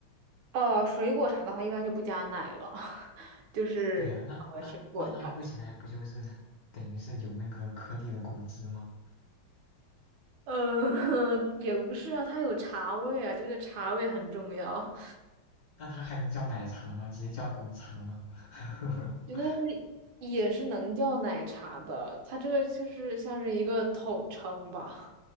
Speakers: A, on the right; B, on the left.
A: 呃，水果茶的话一般就不加奶了，<laughs> 就是呃水果加，
B: 对呀、那那那它喝起来不就是等于是有那个颗粒的果汁吗？
A: 呃，<laughs> 也不是啊，它有茶味啊，这个茶味很重要。
B: 那它还能叫奶茶吗？直接叫果茶吗？<laughs>
A: 觉得也是能叫奶茶的，它这个就是像是一个统称吧。